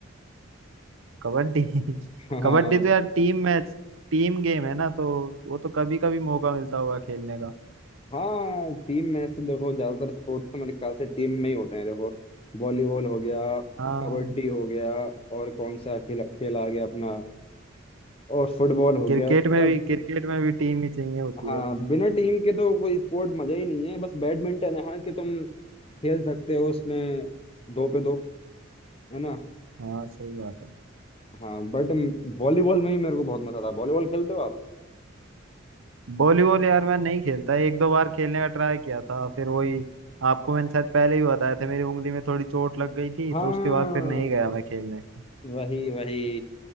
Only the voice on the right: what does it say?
कबड्डी <laughs>
कबड्डी तो यार टीम मैच टीम गेम है ना तो वो तो कभी कभी मौका मिलता होगा खेलने का
हाँ
क्रिकेट
में
भी क्रिकेट में भी टीम ही चाहिए होती
है अपनी
हाँ सही बात है
वॉलीबॉल यार मैं नहीं खेलता एक दो बार खेलने का ट्राई किया था फिर वही आपको मैंने शायद पहले ही बताया था मेरी उंगली में थोड़ी चोट लग गई थी
तो उसके बाद फिर नहीं गया मैं खेलने